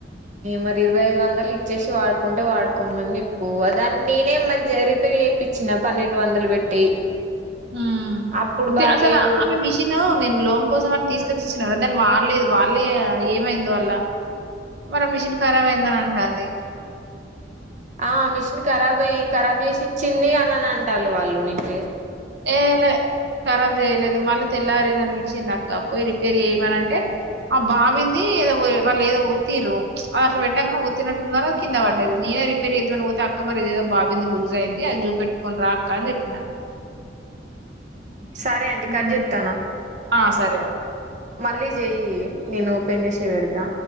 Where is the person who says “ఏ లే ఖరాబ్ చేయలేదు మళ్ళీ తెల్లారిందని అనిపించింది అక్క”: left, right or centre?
Right